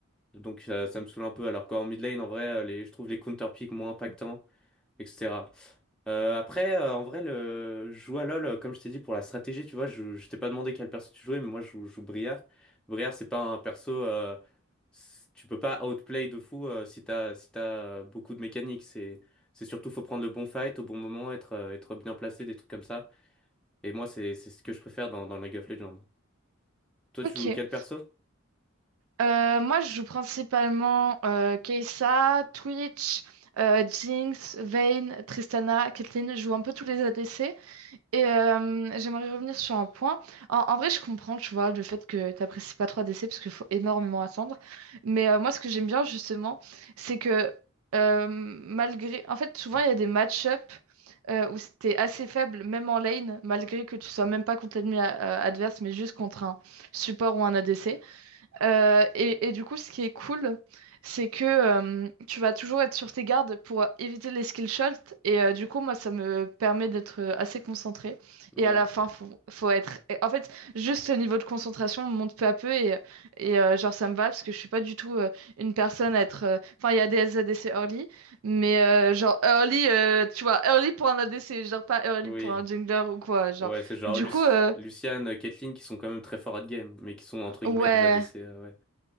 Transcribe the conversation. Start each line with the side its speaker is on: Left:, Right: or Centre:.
Centre: Donc ça, ça me saoule un peu. Alors qu'en mid lane, en vrai, euh, les, je trouve les counter pick moins impactants, etc. Euh, après, euh, en vrai, le, je joue à LoL, euh, comme je t'ai dit, pour la stratégie, tu vois, je, je t'ai pas demandé quel perso tu jouais, mais moi, je joue, je joue Briar. Briar, c'est pas un perso. euh, c- tu peux pas outplay de fou euh, si t'as si t'as euh, beaucoup de mécaniques. C'est c'est surtout faut prendre le bon fight au bon moment, être euh, être bien placé, des trucs comme ça. Et moi c'est c'est ce que je préfère dans dans League of Legends. Toi
Right: Ok.
Centre: tu joues quel perso?
Right: Euh, moi, je joue principalement euh, Kai'Sa, Twitch, euh, Jinx, Vayne, Tristana, Caitlyn. Je joue un peu tous les ADC. Et euh, j'aimerais revenir sur un point. En, en vrai, je comprends, tu vois, le fait que t'apprécies pas trop ADC parce qu'il faut énormément attendre. Mais euh, moi, ce que j'aime bien, justement, c'est que euh, malgré... En fait, souvent, il y a des match-up euh, où c'était assez faible, même en lane, malgré que tu sois même pas contre l'ennemi euh, adverse, mais juste contre un support ou un ADC. Euh, et, et du coup, ce qui est cool, c'est que euh, tu vas toujours être sur tes gardes pour éviter les skill shots. Et euh, du coup, moi, ça me permet d'être euh, assez concentré.
Centre: Ouais.
Right: Et à la fin, faut, faut être. et En fait, juste le niveau de concentration monte peu à peu. Et, et euh, genre, ça me va parce que je suis pas du tout euh, une personne à être. euh, Enfin, il y a des ADC early, mais euh, genre early, euh, tu vois, early pour un ADC, genre pas early
Centre: Oui.
Right: pour un jungler ou quoi. Genre,
Centre: Ouais, c'est genre
Right: du
Centre: Luci
Right: coup, euh,
Centre: Lucian, euh, Caitlyn qui sont quand même très forts à game, mais qui sont entre guillemets
Right: ouais.
Centre: des ADC. euh, ouais.